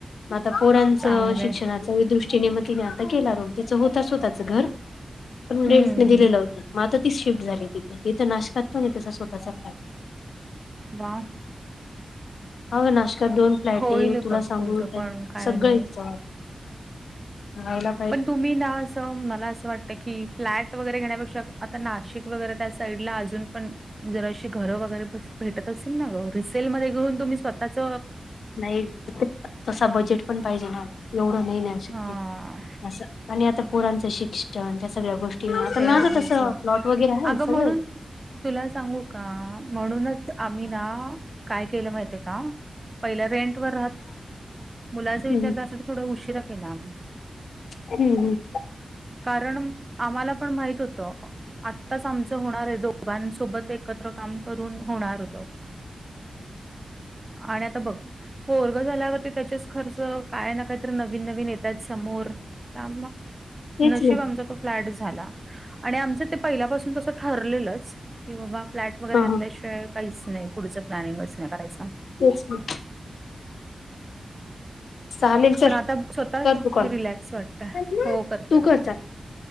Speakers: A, on the left; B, on the right.
A: म आता पोरांचं
B: चांगलं
A: शिक्षणाच
B: आहे.
A: दृष्टीने मग तिने आता केला तिचं होतच होताचं घर पण
B: हं,
A: रेंट दिलं होतं मग आता तीच शिफ्ट झाली तिथे इथं नाशकात पण आहे त्याचा स्वतःचा काय.
B: वा
A: हव नाश्कात दोन फ्लॅट
B: होईल
A: आहे तुला
B: बघ
A: सांगू
B: तुझं
A: त्यात
B: पण काही
A: सगळं
B: नाही.
A: एकच हला
B: पण तुम्ही ना मला असं वाटतं की फ्लॅट वगैरे घेण्यापेक्षा आता नाशिक वगैरे त्या साईडला अजून पण जराशी घरं वगैरे भेटत असेल ना ग रिसेलमध्येध्ये घेऊन तुम्ही स्वतःच
A: नाही तस बजेट पण पाहिजे ना मला एवढं नाही नाहीशक्य
B: हां,
A: असं आणि आता पुोरांचं शिक्षण त्या सगळ्या गोष्टी आता
B: ते
A: माझं
B: आहेच
A: तसं
B: गं.
A: प्लॉट वगैरे आहे
B: अगं
A: सगळ
B: म्हणून तुला सांगू का म्हणूनच आम्ही ना काय? प रें हो विचार
A: हम्म
B: उ खिलामी
A: हम् हम
B: कारण आम्हाला पण माहित होतं आत्ताच आमचं होणार आहे दोघांसोबत एक एकत्र काम करून होणार जाऊ आणि आता बघ. होरग झाल्यावरती त्याच्याच खर्च काय न का? नवीन नवीन येतात समोर त्या
A: तेच ना
B: आ त फ्लट झाला आणि आमच ते पहिल्यापासून तस ठरलेलंच. कि बाबा फ्लॅट वगैरे
A: हा
B: घेतल्याशिवाय काहीच नाही पुढचं प्लॅनिंगच नाही करायच.
A: अच्छा चालेल चल
B: पण आता स्वतः
A: कर तू कॉल
B: रिलॅक्स वाटतय
A: तू
B: हो करते करते.
A: कर चाल